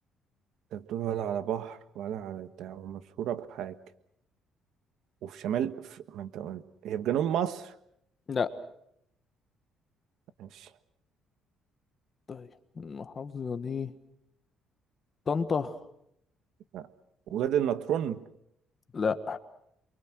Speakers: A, on the right; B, on the left.
A: انت بتقول ولا على بحر ولا على بتاع ومشهورة بحاجة وفي شمال في... ما انت قلت هي في جنوب مصر
B: لا
A: ماشي
B: طيب المحافظة دي طنطا
A: لا وادي النطرون
B: لا